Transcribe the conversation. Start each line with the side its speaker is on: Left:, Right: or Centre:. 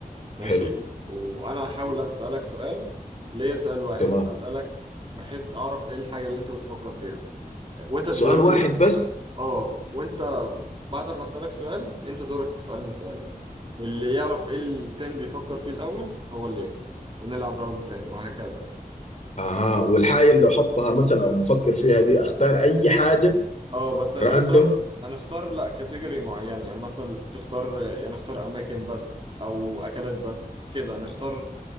Right: ماشي
Left: حلو
Right: وانا هحاول اسألك سؤال ليا سؤال واحد
Left: تمام
Right: اسألك بحيث اعرف ايه الحاجة اللي انت بتفكر فيها وانت تجاوبني
Left: سؤال واحد بس
Right: اه وانت بعد ما اسالك سؤال انت دورك تسالني سؤال واللي يعرف ايه التاني بيفكر فيه الاول هو اللي يكسب ونلعب راوند تاني وهكذا
Left: اها والحاجه اللي احطها مثلا او بفكر فيها دي اختار اي حاجه
Right: اه بس هنختار
Left: راندوم
Right: هنختار لا كاتيجوري معينة يعني مثلا تختار يعني نختار اماكن بس او اكلات بس كده نختار